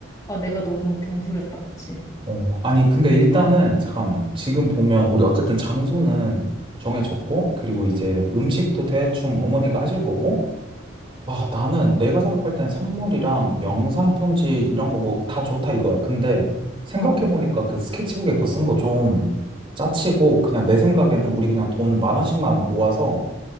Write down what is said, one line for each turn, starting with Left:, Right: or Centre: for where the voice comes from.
Left: 아 내가 너무 경솔했다 그치
Right: 어. 아니, 근데 일단은, 잠깐만. 지금 보면, 우리 어쨌든 장소는 정해졌고, 그리고 이제 음식도 대충 어머니가 하실 거고, 아, 나는 내가 생각할 땐 선물이랑 영상 편지 이런 거 뭐 다 좋다 이거야. 근데 생각해보니까
Left: 어어어응어어어야야
Right: 그 스케치북에 그거 쓰는 거 좀 짜치고, 그냥 내 생각에는 우리 그냥 돈 만 원씩만 모아서